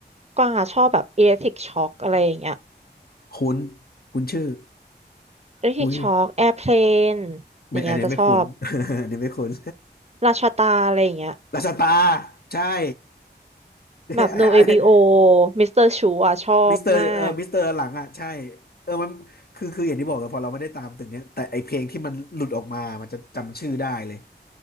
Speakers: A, on the right (about 35°); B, on the left (about 60°).
A: กวางอ่ะชอบแบบ Electric Shock อคอะไรอย่างเงี้ย
B: คุ้นคุ้นชื่อ
A: Electric
B: อุ้ย
A: Shock Airplane อคแอร์เพลนอย่างเงี้ยจะชอบ
B: ไม่อันนี้ไม่คุ้น <laughs> อันนี้ไม่คุ้น
A: ราชาตาอะไรอย่างเงี้ย
B: <laughs> ราชตาใช่ <laughs>
A: แบบ No ABO Mr. Chu อ่ะชอบมาก
B: มิสเตอร์เออมิสเตอร์หลังอ่ะใช่เออมันคือคืออย่างที่บอกเลยพอเราไม่ได้ตามตึกเนี้ยแต่ไอเพลงที่มันหลุดออกมามันจะจำชื่อได้เลย